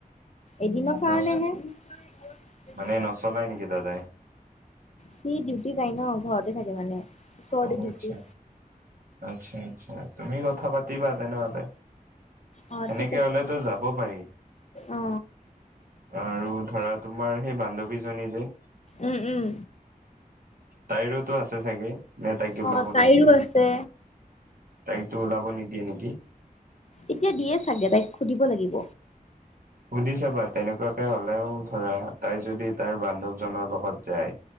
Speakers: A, on the left; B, on the right.
A: এদিনৰ কাৰণেহে
B: নচ মানে নচলাই নেকি দাদাই
A: সি ডিউটি যায় ন ঘৰতে থাকে মানে ওচৰতে
B: অ
A: ডিউটি
B: আচ্ছা আচ্ছা আচ্ছা তুমি কথা পাতিবা তেনেহ'লে
A: অ
B: সেনেকে
A: ঠিক আছে
B: হলেতো যাব পাৰি
A: অ
B: আৰু ধৰা তোমাৰ সেই বান্ধৱীজনী যে
A: উম উম
B: তাইৰোতো আছে চাগে নে তাইক
A: অ
B: উলাব
A: তাইৰো
B: নিদিয়ে
A: আছে
B: তাইতো ওলাব নিদিয়ে নেকি
A: এতিয়া দিয়ে চাগে তাইক সুধিব লাগিব
B: সুধি চাবা। তেনেকুৱাকে হ'লেও, ধৰা, তাই যদি তাইৰ বান্ধৱজনৰ লগত যায়